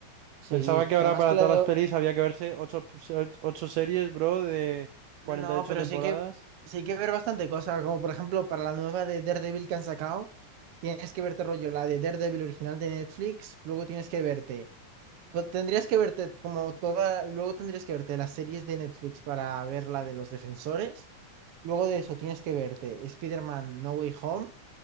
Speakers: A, on the right; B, on the right.
A: Sí,
B: Pensaba que ahora
A: además
B: para
A: que la
B: todas
A: de...
B: las pelis había que verse ocho, se- ocho series, bro, de cuarenta
A: No,
B: y ocho
A: pero
B: temporadas.
A: sí que sí hay que ver bastante cosas, como por ejemplo para la nueva de Daredevil que han sacado, tienes que verte rollo la de Daredevil original de Netflix, luego tienes que verte, pues, tendrías que verte como toda, luego tendrías que verte las series de Netflix para ver la de los Defensores, luego de eso tienes que verte Spider-Man No Way Home,